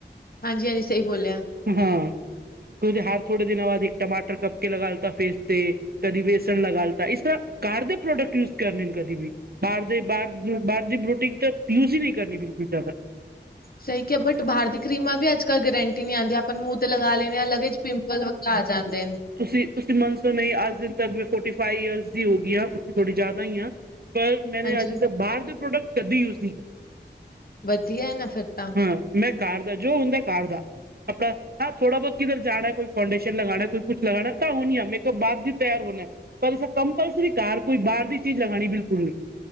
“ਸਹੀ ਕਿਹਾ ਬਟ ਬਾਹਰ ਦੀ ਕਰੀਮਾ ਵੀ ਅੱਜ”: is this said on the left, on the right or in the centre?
Left